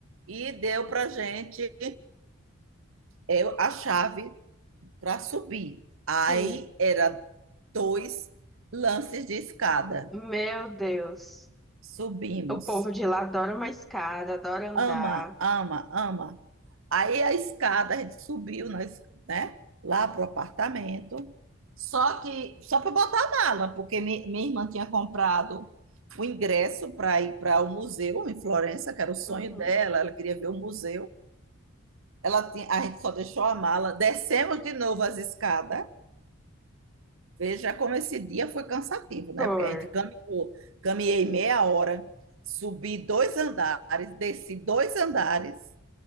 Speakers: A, on the right (about 70°); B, in the centre.
A: E deu para a gente é, a chave para subir. Aí
B: sim.
A: era dois lances de escada.
B: Meu Deus.
A: Subimos
B: O povo de lá adora uma escada, adora andar.
A: ama, ama, ama. Aí a escada, a gente subiu, nós, né, lá pro apartamento. Só que, só para botar a mala, porque mi- minha irmã tinha comprado o ingresso para ir para o museu em Florença, que era o sonho
B: Uhum.
A: dela, ela queria ver o museu. Ela tinha, a gente só deixou a mala, descemos de novo as escadas. Veja como esse dia foi cansativo, né?
B: Por.
A: Porque a gente caminhou, caminhei meia hora, subi dois andares, desci dois andares,